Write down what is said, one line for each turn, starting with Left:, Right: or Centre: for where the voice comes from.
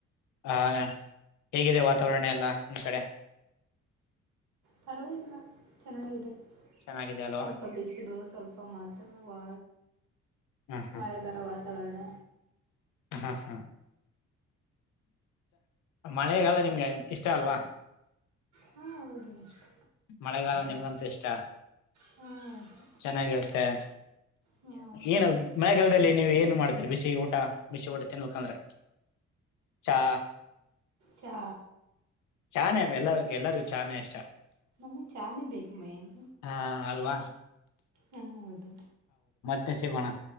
Left: ಆ ಹೇಗಿದೆ ವಾತಾವರಣ ಎಲ್ಲ ನಿಮ್ಮ್ ಕಡೆ?
Right: ಪರವಾಗಿಲ್ಲ ಚೆನ್ನಾಗಿದೆ
Left: ಚೆನ್ನಾಗಿದೆ ಅಲ್ವಾ
Right: ಸ್ವಲ್ಪ ಬಿಸಿಲು. ಸ್ವಲ್ಪ ಮಾತ್ರ ವ
Left: ಹ
Right: ಮಳೆ ಬರೋ ವಾತಾವರಣ.
Left: ಹಾ ಹಾ ಮಳೆಗಾಲ ನಿಮ್ಗೆ ಇಷ್ಟ ಅಲ್ವಾ.
Right: ಹಾಂ ಹೌದು ಅಷ್ಟು.
Left: ಮಳೆಗಾಲ ನಿಮ್ಗಂತೂ ಇಷ್ಟ
Right: ಹಾಂ ಹೌದು
Left: ಚೆನ್ನಾಗಿರುತ್ತೆ.
Right: ಹಾಂ
Left: ಏನು ಮಳಗಾಲದಲ್ಲಿ ನೀವು ಏನ್ ಮಾಡ್ತರಿ ಬಿಸಿ ಊಟ ಬಿಸಿ ಊಟ ತಿನ್ಬೇಕಂದ್ರೆ. ಚಾ
Right: ಚಾ
Left: ಚಾನೇ ಅ ಎಲ್ಲ ಎಲ್ಲಾರಗೂ ಚಾನೆ ಇಷ್ಟ.
Right: ನಮ್ಗೆ ಚಾನೇ ಬೇಕು ಮೖನ್.
Left: ಹಾ ಅಲ್ವಾ
Right: ಹೂಂ ಹೌದು.
Left: ತ್ತೆ ಸಿಗೋಣ